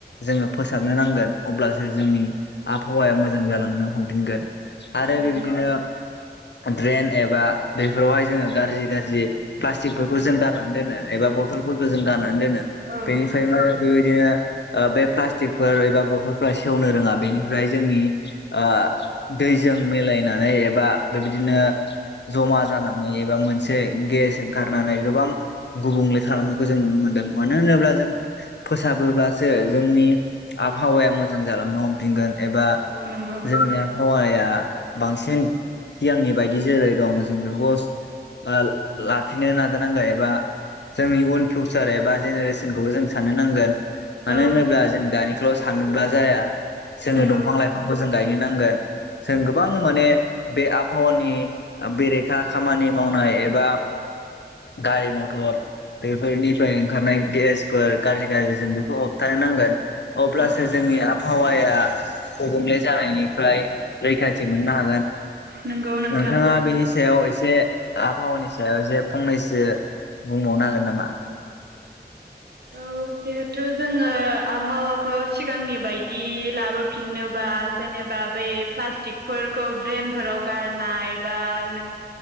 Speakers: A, on the left; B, on the right.
A: जोङो फोसाबनो नांगोन अब्लासो जोंनि आबहावाया मोजां जालांनो हमफिनगोन आरो
B: नंगौ
A: बेबायदिनो ड्रेन एबा बेफोरावहाय जोङो गाज्रि गाज्रि प्लास्टिकफोरखौ जों गारनानै दोनो एबा बथलफोरखौ जों गारनानै दोनो
B: औ
A: बेनिफ्रायनो बेबायदिनो ओ बे प्लास टिकफोर एबा बथलफोरा सेवनो रोङा बेनिफ्राय जोंनि ओ दैजों मिलायनानै एबा बेबायदिनो जमा जाना नै एबा मोनसे गेस गारनानै गोबां गुबुंले खालामनायखौ जों नुनो मोन्दों मानो होनोब्ला जों फोसाबोब्लासो जोंनि आबहावाया मोजां जालांनो हमफिनगोन एबा
B: नंगौ
A: जोंनि आबहावाया बांसिन सिगांनि बायदि जेरै दं जों बिकस ओ लाफिनो नाजानांगोन एबा जोंनि उन फिउचार एबा जेनेरेसनखौबो जों साननो नांगोन मानो
B: औ
A: होनोब्ला जों दानिखौल' सानोब्ला जाया जोङो
B: नंगौ
A: दंफां लाइ फांखौ जों गायनो नांगोन जों गोबां माने बे आबहावानि बेरेखा खामानि मावनाय एबा गारि मटर बेफोरनिफ्राय ओंखारनाय गेसफोर गाज्रि गाज्रि जों बेखौ होबथानो नांगोन अब्लासो
B: औ
A: जोंनि आबहावाया गुबुंले जानायनिफ्राय रैखाथि मोननो हागोन
B: नोंगौ नोंथां
A: नोंथाङा बेनि सायाव एसे आबहावानि सायाव एसे फंनैसो बुंबावनो हागोन नामा <inaudible>
B: औ जिहेथु जोङो आबहावाखौ सिगांनि बायदि लाबोफिननोबा जेनेबा बै प्लास्टिकफोरखौ ड्रेनफोराव गारनाय बा नों